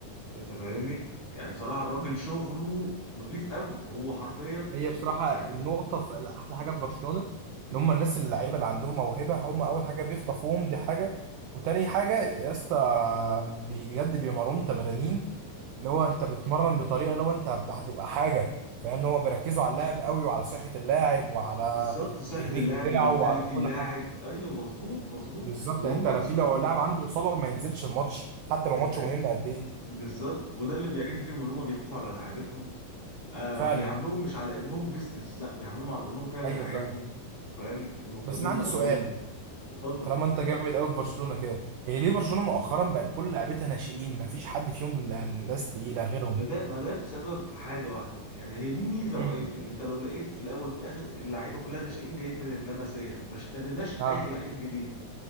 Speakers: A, on the left (about 40°); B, on the right (about 90°).
A: انت فاهمني يعني بصراحه الراجل شغله نظيف قوي هو حرفيا
B: هي بصراحة
A: يعني
B: النقطة في أحلى حاجة في برشلونة إن هم الناس اللعيبة اللي عندهم موهبة هم أول حاجة بيخطفوهم دي حاجة وتاني حاجة يا اسطى بجد بيمرنوا تمرانين اللي هو أنت بتمرن بطريقة اللي هو أنت هتبقى حاجة فاهم إن هم بيركزوا على اللاعب قوي وعلى صحة اللاعب وعلى
A: بالظبط صحه
B: التكنيك
A: اللاعب
B: بتاعه
A: ومنتاليتي
B: وعلى كل
A: اللاعب
B: حاجة
A: ايوه مظبوط مظبوط
B: بالظبط
A: وهم
B: يعني أنت
A: اصلا
B: لو في لو اللاعب عنده إصابة ما ينزلش الماتش حتى لو ماتش
A: ايوه
B: مهم قد إيه
A: بالظبط وده اللي بيعجبني فيهم ان هم بيخافوا على لعيبتهم آه
B: فعلا
A: وبيعاملوهم مش على انهم بيزنس لا بيعاملوهم على انهم فعلا
B: أيوه
A: عيالهم
B: فعلا
A: فاهم ومهتمين
B: بس أنا عندي
A: لامرهم
B: سؤال
A: اتفضل
B: طالما انت جامد قوي في برشلونه كده هي ليه برشلونه مؤخرا بقت كل لعيبتها ناشئين مفيش حد فيهم لا- ناس تقيله غيرهم
A: ما ده ما ده بسبب حاجه واحده يعني هي دي ميزه
B: مم.
A: وعيب يعني انت لو لقيت في الاول وفي الاخر اللعيبه كلها ناشئين جايين من اللمسيه ما اشتريناش
B: اه
A: اي لعيب جديد